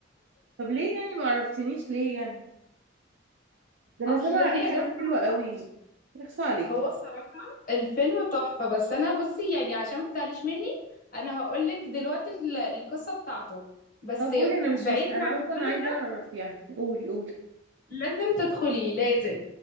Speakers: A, on the right (about 60°); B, on the left (about 45°).
A: طب ليه يعني ما عرفتنيش ليه يعني ده انا
B: اصل
A: سامعه
B: هي
A: عليه
B: جت
A: كلام حلو
B: صدفة.
A: قوي يخص عليك
B: هو الصراحه الفيلم تحفه بس انا بصي يعني عشان ما تزعليش مني انا هقول لك دلوقتي ال- القصه بتاعته بس
A: طب قولي انا مش
B: بعيدا
A: مست... انا
B: عن
A: اصلا
B: كل
A: عايزه
B: ده
A: اعرف يعني قولي قولي
B: لازم تدخلي لازم